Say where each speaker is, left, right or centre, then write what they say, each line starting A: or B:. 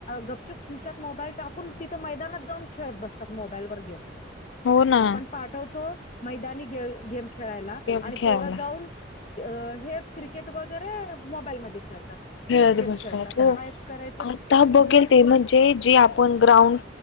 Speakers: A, on the left; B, on the left.
A: गपचुप ख मो टाकून तिथ मैनातऊ खेत बत मोल व ग
B: हो ना
A: आपण तो मैदानी गेम खेळायला
B: गेम
A: आणि
B: खेळायला
A: पोरत जाऊन हेच क्रिकेट वगैरे मोबाईलमध्ये खेळतात
B: खेळत
A: ते गेम
B: बसतात
A: खेळतात
B: हो
A: काय करायचं
B: आता
A: कुठवर
B: बघेल ते म्हणजे जे आपण ग्राउंड